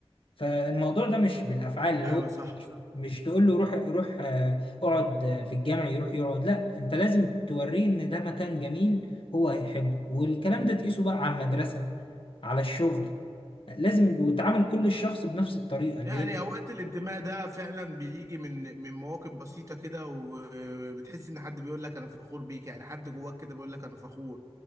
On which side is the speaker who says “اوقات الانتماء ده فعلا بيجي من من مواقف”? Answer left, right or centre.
Right